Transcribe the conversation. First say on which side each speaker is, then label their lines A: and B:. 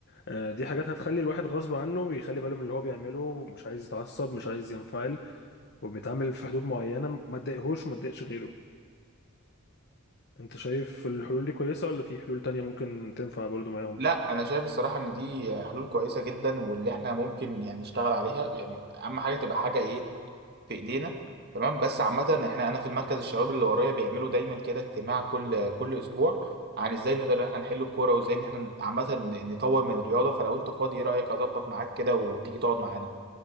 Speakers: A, on the left; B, on the right.
A: آه، دي حاجات هتخلي الواحد غصب عنه بيخلي باله من اللي هو بيعمله مش عايز يتعصب مش عايز ينفعل وبيتعامل في حدود معينة ما تضايقهوش وما تضايقش غيره انت شايف الحلول دي كويسة ولا في حلول تانية ممكن تنفع برضو معاهم
B: لا انا شايف الصراحه ان دي حلول كويسه جدا واللي احنا ممكن يعني نشتغل عليها يعني اهم حاجه تبقى حاجه ايه في ايدينا تمام بس عامة احنا انا في المركز الشباب اللي ورايا بيعملوا دايما كده اجتماع كل كل اسبوع عن ازاي نقدر إن احنا نحل الكورة وازاي ان احنا عامة نطور من الرياضة فلو انت فاضي ايه رأيك اظبط معاك كده وتيجي تقعد معانا